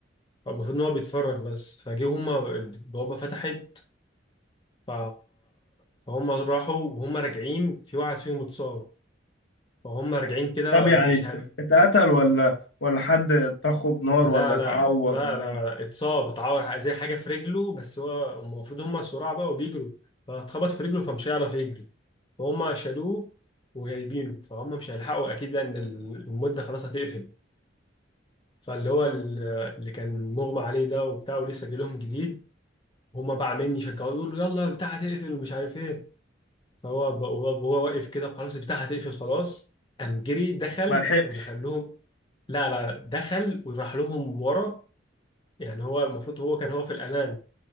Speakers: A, on the left; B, on the left.
A: فالمفروض ان هو بيتفرج بس فجه هما البوابه فتحت ف فهم راحوا وهم راجعين في واحد فيهم اتصاب فهم راجعين كده
B: طب يعني
A: مش
B: ات-
A: هم...
B: اتقتل ولا ولا حد طخه بنار
A: لا
B: ولا اتعور
A: لا لا
B: ولا
A: لا
B: ايه
A: اتصاب اتعور زي حاجه في رجله بس هو هم المفروض هم سراع بقى وبيجروا فاتخبط في رجله فمش هيعرف يجري فهم شالوه وجايبينه فهم مش هيلحقوا اكيد لان المده خلاص هتقفل فاللي هو ال- اللي كان مغمى عليه ده وبتاع ولسه جاي لهم جديد هم بقى عمالين يشجعوه يقولوا يلا البتاع هتقفل ومش عارف ايه فهو بقى- وهو وهو واقف كده خلاص البتاع هتقفل خلاص قام جري دخل
B: ما لحقش
A: ودخل لهم لا لا دخل وراح لهم ورا يعني هو المفروض هو كان هو في الأمان